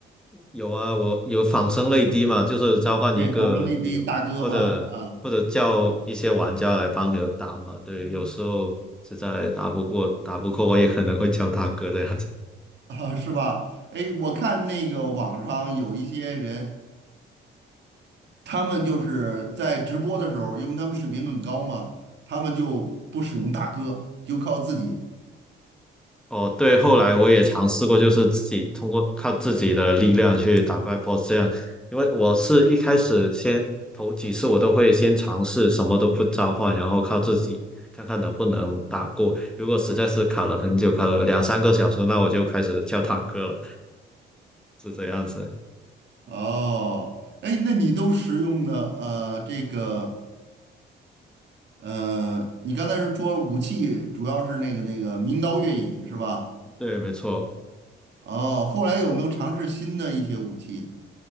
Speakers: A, in the centre; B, on the right.
A: 有啊，我有仿生泪滴嘛，就是召唤一个你或者或者叫一些玩家来帮你打嘛。
B: 对，仿生力第一大哥嘛，啊。
A: 对，有时候实在打不过打不过，我也可能会叫大哥这样。子。
B: 啊，是吧？哎，我看那个网上有一些人，他们就是在直播的时候，因为他们水平很高嘛，他们就不使用大哥，就靠自己。
A: 哦，对，后来我也尝试过，就是自己通过靠自己的力量去打怪 BOSS 这样，因为我是一开始先头几次我都会先尝试什么都不召唤，然后靠自己看看能不能打过。如果实在是卡了很久，卡了两三个小时，那我就开始叫大哥了，是这样子。
B: 哦，哎，那你都使用的呃这个呃，你刚才是说武器主要是那个那个名刀月影是吧？
A: 对，没错。
B: 哦，后来有没有尝试新的一些武器？